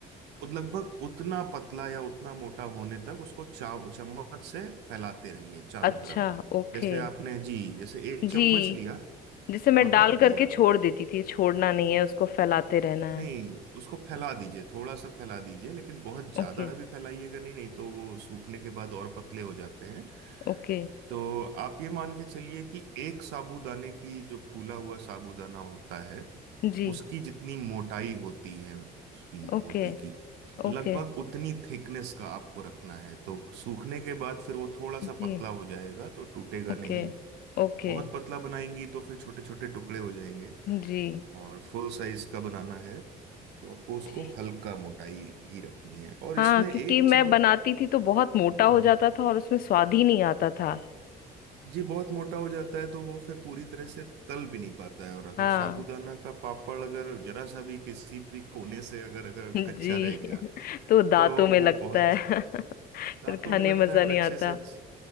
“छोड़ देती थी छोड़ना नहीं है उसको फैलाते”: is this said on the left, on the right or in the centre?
Left